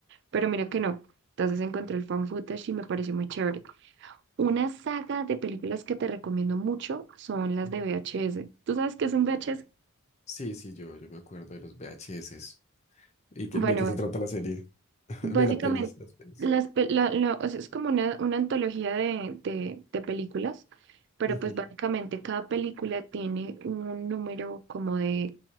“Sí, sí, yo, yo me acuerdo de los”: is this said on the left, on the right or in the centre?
Left